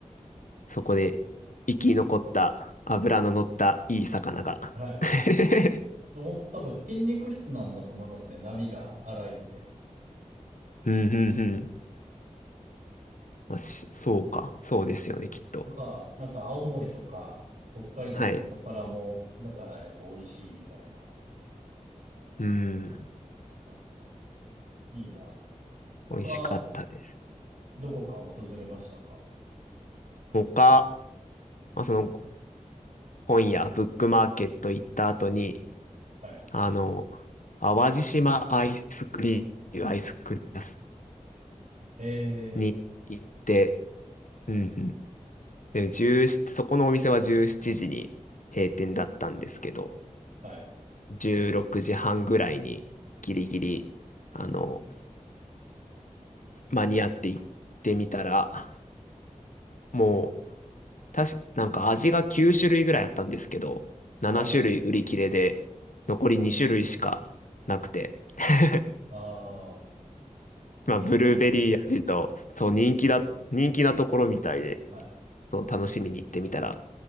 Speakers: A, on the left; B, on the right.
A: そこで生き残った脂の乗ったいい魚が
B: はい。
A: <laughs>
B: でも多分筋肉質なんだと思いますね。波が荒いんで。
A: うん、うん、うん。まあ、し、そうか。そうですよね、
B: そう。
A: きっと。
B: だから、なんか青森とか北海道の魚も、
A: はい。
B: だからやっぱ美味しいみたいな、
A: うん。
B: ますね。いいな。他、
A: 美味しかったです。
B: どこか訪れましたか
A: 他、まあ、その本屋、ブックマーケット行った後に、
B: はい。
A: あの、淡路島アイスクリーム、アイスクリーム屋さ
B: え
A: んに行って、
B: え、
A: うんうん。で、17、そこのお店は17時に閉店だったんですけど、
B: はい、
A: 16時半ぐらいにギリギリ、あの、間に合って行ってみたら、もう、たし、なんか味が9種類ぐらいあったんですけど、7種類売り切れで、
B: はい、
A: 残り2種類しかなくて。
B: すごい。
A: <laughs>
B: ああ、
A: まあ、
B: 人気だ。
A: ブルーベリー味と、そう、人気だ、人気なところみたいで、
B: はい。
A: そう、楽しみに行ってみたら、